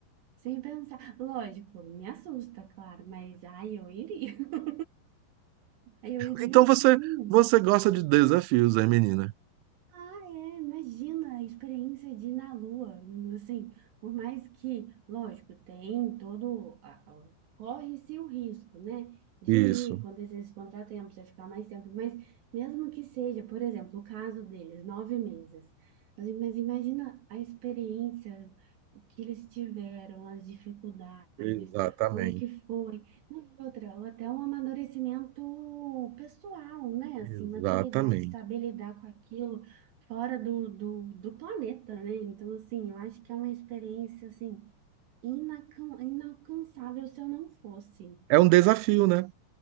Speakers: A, on the right; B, on the right.
A: Sem pensar. Lógico, me assusta, claro, mas ai, eu iria. <laughs> Eu iria
B: Então você,
A: sim.
B: você gosta de desafios, é, menina?
A: Ah, é, imagina a experiência de ir na Lua, assim, por mais que, lógico, tem todo, a- a- corre-se o risco, né, de
B: Isso,
A: ir, acontecer esse contratempo, você ficar mais tempo, mas mesmo que seja, por exemplo, o caso deles, nove meses, Assim, mas imagina a experiência que eles tiveram, as dificuldades,
B: exatamente.
A: como é que foi, não, e outra, ou até um amadurecimento pessoal, né, assim,
B: Exatamente.
A: maturidade, saber lidar com aquilo, fora do, do, do planeta, né? Então, assim, eu acho que é uma experiência, assim, inacan- inalcançável se eu não fosse.
B: É um desafio, né?